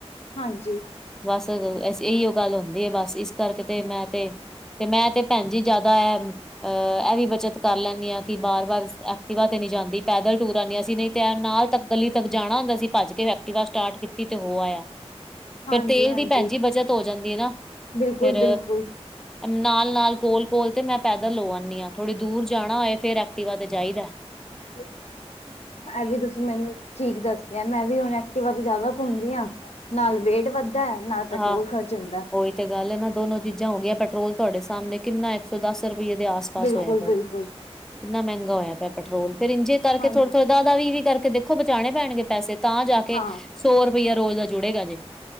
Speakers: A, on the left (about 80°); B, in the centre.
A: ਹਾਂਜੀ
B: ਬਸ ਇਹੀ ਉਹੋ ਗੱਲ ਹੁੰਦੀ ਹੈ ਬਸ ਇਸ ਕਰਕੇ ਤੇ ਮੈਂ ਤੇ-ਤੇ ਮੈਂ ਤੇ ਭੈਣ ਜੀ ਜ਼ਿਆਦਾ ਇਹ ਅਹ ਇਹ ਵੀ ਬੱਚਤ ਕਰ ਲੈਂਦੀ ਹਾਂ ਕਿ ਬਾਰ-ਬਾਰ ਐਕਟੀਵਾ ਨਹੀਂ ਜਾਂਦੀ ਪੈਦਲ ਟੂਰ ਆਣੇ ਆ ਅਸੀਂ ਨਹੀਂ ਤੇ ਨਾਲ ਤੱਕ ਗੱਲੀ ਤੱਕ ਜਾਣਾ ਹੁੰਦਾ ਸੀ ਭੱਜ ਕੇ ਫੈਕਟੀਵਾ ਸਟਾਰਟ ਕੀਤਾ ਤੀ ਤੇ ਹੋ ਆਇਆ
A: ਹਾਂਜੀ
B: ਫੇਿਰ ਤੇਲ
A: ਹਾਂਜੀ
B: ਦੀ ਭੈਣ ਜੀ ਬਚਤ ਹੋ ਜਾਂਦੀ ਨਾ,
A: ਬਿਲਕੁਲ
B: ਫਿਰ
A: ਬਿਲਕੁਲ
B: ਨਾਲ-ਨਾਲ ਕੋਲ-ਕੋਲ ਤੇ ਮੈਂ ਪੈਦਲ ਹੋ ਆਉਂਦੀ ਹਾਂ ਥੋੜ੍ਹੀ ਦੂਰ ਜਾਣਾ ਹੋਏ ਫੇਿਰ ਐਕਟੀਵਾ ਤੇ ਜਾਈਦਾ
A: ਹ ਇਹ ਵੀ ਤੁਸੀਂ ਮੈਨੂੰ ਠੀਕ ਦੱਸਦੇ ਮੈਂ ਵੀ ਹੁਣ ਐਟੀਵਾ ਤੇ ਜ਼ਿਆਦਾ ਘੁੰਮਦੀ ਆਂ ਨਾਲ ਵੇਟ ਵੱਧਦਾ ਨਾਲ ਪੈਟਰੋਲ
B: ਹਾਂ
A: ਖਰਚ ਹੁੰਦਾ
B: ਉਹੀ ਤੇ ਗੱਲ ਇਹ ਨਾ ਦੋਨੋ ਚੀਜ਼ਾਂ ਹੋ ਗਆਂ ਪੈਟਰੋਲ ਤੁਹਾਡੇ ਸਾਹਮਣੇ ਕਿੰਨਾ ਇੱਕ ਸੌ ਦਸ ਰੁਪਈਏ ਦੇ ਆਸ ਸ ਪਾਸ
A: ਬਿਲਕੁਲ
B: ਹੋਇਆ ਪਿਆ
A: ਬਿਲਕੁਲ
B: ਕਿੰਨਾ ਮਹਿੰਗਾ ਹੋਇਆ ਪਿਆ ਪੈਟਰੋਲ ਫਿਰ ਇੰਝੇ ਕਰਕੇ
A: ਹਾਂਜੀ
B: ਥੋੜੇ-ਥੋੜੇ ਦੱਸ ਦੱਸ ਵੀਹ-ਵੀਹ ਕਰਕੇ ਦੇਖੋ ਬਚਾਉਣੇ ਪੈਣਗੇ ਪੈਸੇ ਤਾਂ ਜਾ ਕੇ
A: ਹਾਂ
B: ਸੌ ਰੁਪਇਆ ਰੋਜ਼ ਦਾ ਜੁੜੇਗਾ ਜੇ